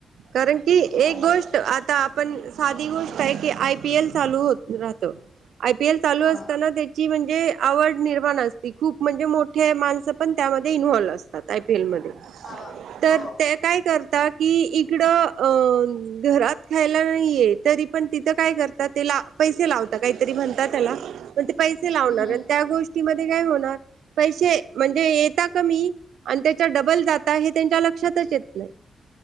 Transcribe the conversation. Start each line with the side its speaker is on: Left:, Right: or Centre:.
Right: कारण की,
Left: असं आहे
Right: एक गोष्ट आता पण साधी गोष्ट आहे की, आय पी एल चालू हो राहतं. आय पी एल चालू
Left: हा.
Right: असताना त्या ची म्हणजे आवड निर्माण असती. खूप म्हणजे मोठे माणसं पण त्यामध्ये इन्व्हॉल्व्ह असतात. आय पी एल मध्ये
Left: हा,
Right: तर
Left: हो.
Right: ते काय करता की, इकडं अ घरात खायला नाहीये. तरी पण तिथं काय करता. ते ला पैसे लावता. काहीतरी म्हणता त्याला पण ते पै ते लावणार.
Left: हम्म हम्म
Right: अन त्या गोष्टीमध्ये काय होणार. पैसे म्हणजे येता कमी आणि त्याच्या डबल जाता हे त्यांच्या लक्षातच येत नाही.